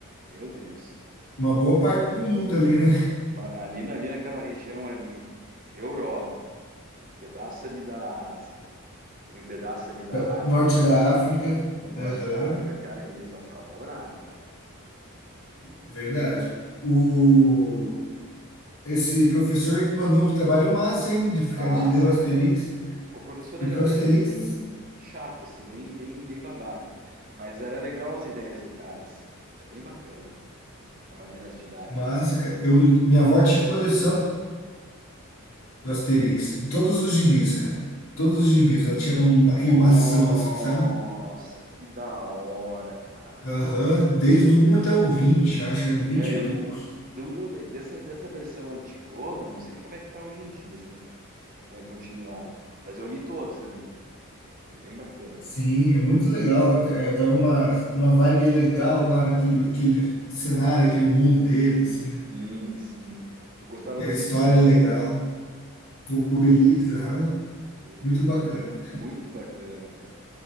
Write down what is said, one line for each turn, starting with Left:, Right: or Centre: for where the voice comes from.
Right: Meu Deus.
Left: uma boa parte do mundo ali, né?
Right: Uma- ali, na- ali naquela região ali, Europa, um pedaço ali da Ásia e um pedaço ali da
Left: <laughs>
Right: África,
Left: Norte da
Right: cara,
Left: África,
Right: no norte
Left: aham,
Right: da África, cara, eles apavoraram, cara.
Left: verdade. O, esse professor que mandou um trabalho massa, hein, de ficar
Right: Massa,
Left: de ler o Asterix,
Right: cara. O professor
Left: porque
Right: era
Left: o
Right: bem
Left: Asterix,
Right: chato, assim, bem, bem, bem babaca. Mas era legal as ideias do cara, assim. Era bem bacana, cara. A mane- as didáticas,
Left: Massa,
Right: assim.
Left: cara. Eu, minha avó tinha coleção do Asterix. Todos
Right: É muito
Left: os gibis, cara. Todos os gibis. Ela tinha um-
Right: Nossa,
Left: aquele mação, assim, sabe?
Right: que da hora, cara.
Left: Aham. Desde o um até o 20 acho. Eram 20
Right: É,
Left: e
Right: eu
Left: poucos.
Right: li do, do- da- dessa, dessa versão antigona, não sei como é que tá hoje em dia, se eles, né, continuaram. Mas eu li todos também, cara. Foi bem bacana.
Left: Sim, é muito legal. É, dava uma, uma vibe legal lá naquele aquele cenário, aquele mundo deles, assim, né?
Right: Sim, sim. Eu gostava
Left: E
Right: do
Left: a história
Right: Obelix.
Left: é legal. O Obelix, aham.
Right: O Obelix
Left: Muito bacana.
Right: bem, muito bacana, cara.